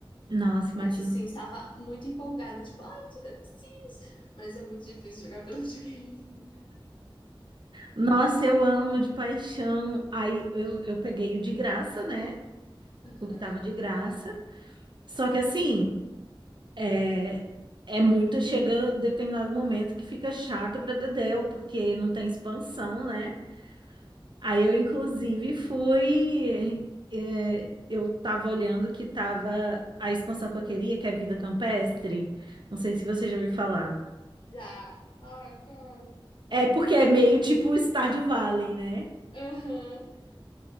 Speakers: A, on the right (about 55°); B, on the left (about 60°).
A: Nossa, imagina.
B: Mas assim, estava muito empolgada, tipo, ai, vou jogar The Sims. Mas é muito difícil jogar pelo videogame. <laughs>
A: Nossa, eu amo de paixão. Aí eu, eu peguei o de graça, né?
B: Aham,
A: O que tava de graça. Só que assim, é, é muito. Chega determinado momento que fica chato pra Dedéu, porque não tem expansão, né? Aí eu,
B: uhum.
A: inclusive, fui. é, eu tava olhando que tava a expansão que eu queria, que é Vida Campestre. Não sei se você já ouviu falar.
B: Já. Ai, cara.
A: É porque é meio tipo Stardew Valley, né?
B: Aham.